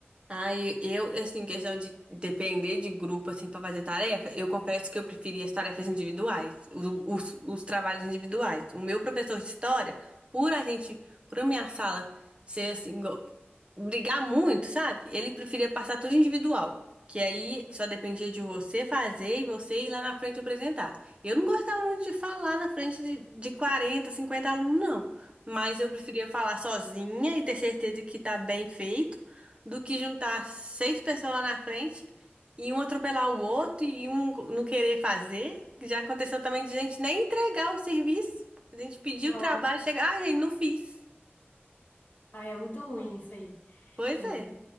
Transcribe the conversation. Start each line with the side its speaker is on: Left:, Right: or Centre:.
Right: Ai, eu, assim, questão de depender de grupo, assim, pra fazer tarefa, eu confesso que eu preferia as tarefas individuais, os, os, os trabalhos individuais. O meu professor de história, por a gente, por a minha sala ser, assim, go- brigar muito, sabe? Ele preferia passar tudo individual, que aí só dependia de você fazer e você ir lá na frente apresentar. Eu não gostava muito de falar na frente de, de quarenta cinquenta alunos, não. Mas eu preferia falar sozinha e ter certeza que tá bem feito do que juntar seis pessoas lá na frente e um atropelar o outro e um não querer fazer. Já aconteceu também de gente nem entregar o serviço. A gente pediu
Left: Nossa,
Right: o trabalho, chegar, ah, gente, não fiz.
Left: ah, é muito ruim isso aí,
Right: Pois
Left: de
Right: é.